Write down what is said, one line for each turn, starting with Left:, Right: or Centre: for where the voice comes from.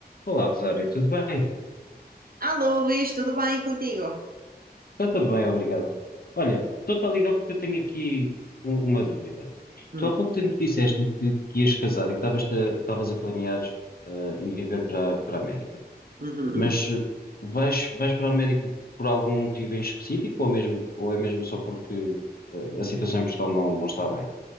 Left: Olá, Rosário, tudo bem?
Right: Alô, Luís, tudo bem contigo?
Left: Está tudo bem, obrigado. Olha, estou-te a ligar porque eu tenho aqui um- uma dúvida.
Right: Hum,
Left: Tu há pouco tempo disseste-me que, que ias casar e que estavas-te a estavas a planear eh, ir viver para, para a América.
Right: uhum.
Left: Mas eh, vais, vais para a América por algum motivo em específico ou, mesmo, ou é mesmo só porque eh, a situação em Portugal não, não está bem?